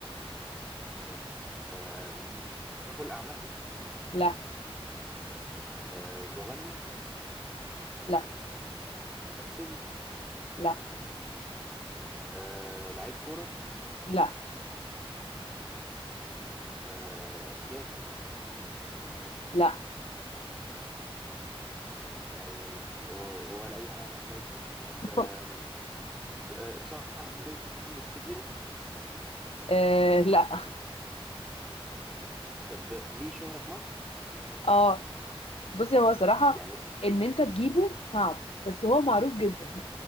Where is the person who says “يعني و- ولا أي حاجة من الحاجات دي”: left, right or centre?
Centre